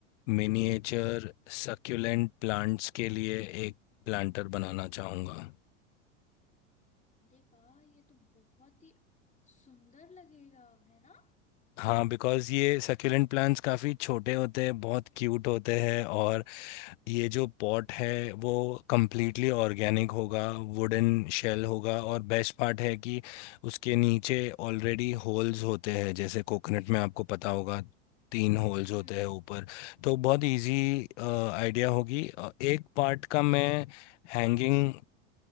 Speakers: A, on the left; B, on the left.
A: मिनिएचर सक्यूलेंट प्लांट्स के लिए एक प्लांटर बनाना चाहूँगा
B: अरे वाह ये तो बहुत ही सुंदर लगेगा है ना
A: हाँ बिकॉज ये सक्यूलेंट प्लांट्स काफ़ी छोटे होते हैं बहुत क्यूट होते हैं और ये जो पॉट है वो कम्प्लीटली ऑर्गेनिक होगा वुडन शेल होगा और बेस्ट पार्ट है कि उसके नीचे ऑलरेडी होल्स होते हैं जैसे कोकोनट में आपको पता होगा तीन होल्स
B: हम्म
A: होते हैं ऊपर तो बहुत इजी आइडिया होगी अ, एक पार्ट का मैं हैंगिंग